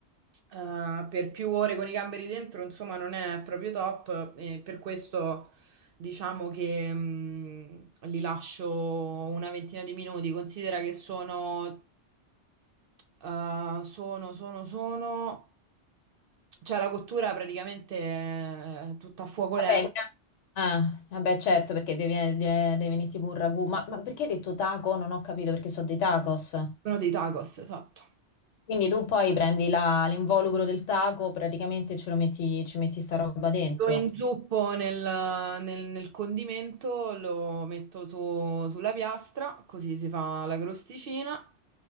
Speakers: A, on the right; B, on the left.
A: eh, per più ore con i gamberi dentro, insomma, non è proprio top, e per questo. Diciamo che mh, li lascio una ventina di minuti. Considera che sono, eh, sono, sono, sono. Cioè, la cottura praticamente è tutta a fuoco
B: Vabbè,
A: lento,
B: in ca- ah, vabbè, certo, perché devi, de- deve venirti pure un ragù. Ma, ma perché hai detto taco? Non ho capito perché sono dei tacos.
A: meno dei tacos, esatto.
B: Quindi tu poi prendi la- l'involucro del taco, praticamente ce lo metti, ci metti sta roba dentro.
A: Lo inzuppo nel, nel- nel condimento, lo metto su- sulla piastra, così si fa la crosticina.